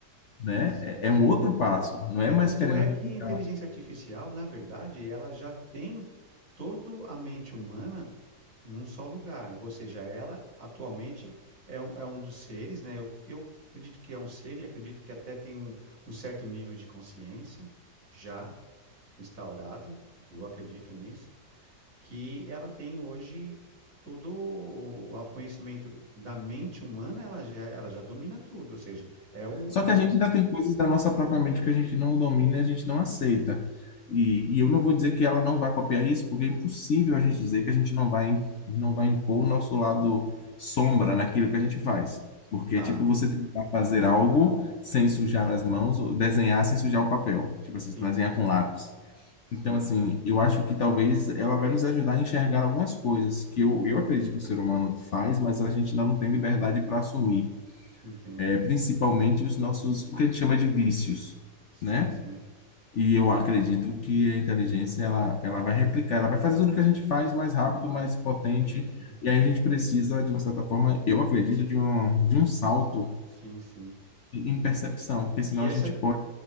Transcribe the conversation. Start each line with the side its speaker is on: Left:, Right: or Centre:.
Left: né?
Right: interessante,
Left: É é um
Right: é.
Left: outro passo, não é
Right: É,
Left: mais
Right: tanto
Left: querendo
Right: é
Left: replicar
Right: que a inteligência artificial, na verdade, ela já tem toda a mente humana num só lugar. Ou seja, ela atualmente é um, é um dos seres, né? Eu, eu acredito que é um ser e acredito que até tem um, um certo nível de consciência já instaurado, eu acredito nisso, que ela tem hoje todo o o conhecimento da mente humana, ela já, ela já domina tudo. Ou seja, é um,
Left: Só
Right: é
Left: que
Right: um,
Left: a gente ainda tem coisas da nossa própria mente que a gente não domina, e a gente não aceita. E, e eu não vou dizer que ela não vai copiar isso, porque é impossível a gente dizer que a gente não vai, não vai impor o nosso lado sombra naquilo que a gente faz. Porque
Right: tá,
Left: é tipo você tentar fazer algo sem
Right: sim,
Left: sujar as mãos, ou desenhar sem sujar o papel. Tipo
Right: sim,
Left: assim, desenhar com lápis.
Right: sim.
Left: Então, assim, eu acho que talvez ela vai nos ajudar a enxergar algumas coisas que eu, eu acredito que o ser humano faz, mas a gente ainda não tem liberdade para assumir
Right: Entendo.
Left: é, principalmente os nossos, o que a gente chama de vícios,
Right: Sim,
Left: né?
Right: sim.
Left: E eu acredito que a inteligência ela, ela vai replicar, ela vai fazer tudo o que a gente faz mais rápido, mais potente,
Right: Entendi.
Left: e aí a gente precisa, de uma certa forma, eu acredito, de um, de um salto
Right: Sim, sim.
Left: em em percepção, porque senão
Right: E essa,
Left: a gente pode